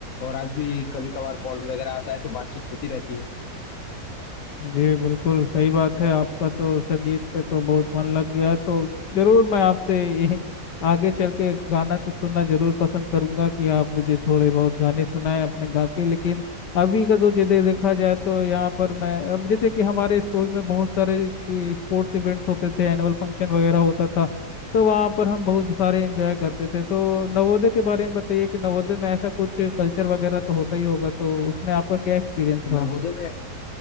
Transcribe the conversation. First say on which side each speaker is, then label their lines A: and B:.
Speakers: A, on the left; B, on the left.
A: और आज भी कभी कभार कॉल वगैरह आता है तो बातचीत होती रहती है
B: जी बिल्कुल सही बात है आपका तो संगीत पे तो बहुत मन लग गया है, तो जरूर मैं आपसे ये आगे चल के गाना तो सुनना जरूर पसंद करूंगा कि आप मुझे थोड़े बहुत गाने सुनाएं अपने गा के लेकिन अभी का जो जदे देखा जाए तो यहाँ पर मैं अब जैसे कि हमारे स्कूल में बहुत सारे स्पोर्ट्स इवेंट्स होते थे एनुअल फंक्शन वगैरह होता था तो वहाँ पर हम बहुत सारे एंजॉय करते थे तो नवोदय के बारे में बताइए कि नवोदय में ऐसा कुछ कल्चर वगैरह तो होता ही होगा तो उसमें आपका क्या एक्सपीरियंस रहा
A: नवोदय में